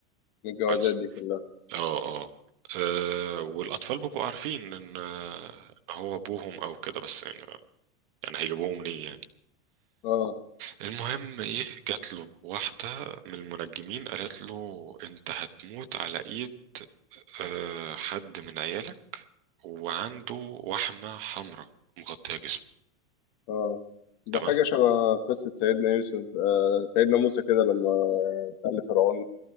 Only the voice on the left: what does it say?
الجوازات
دي كلها
اه
اه ده
حاجة شبه قصة سيدنا يوسف آه سيدنا موسى كده لما قال لفرعون